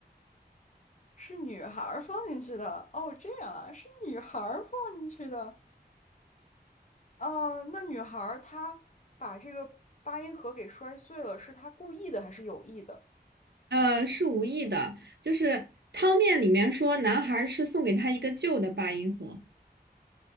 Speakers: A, on the left; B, on the right.
A: 是女孩儿放进去的，哦，这样啊，是女孩儿放进去的。啊，那女孩儿她把这个八音盒给摔碎了，是她故意的还是有意的？
B: 呃，是无意的，就是汤面里面说男孩儿是送给她一个旧的八音盒，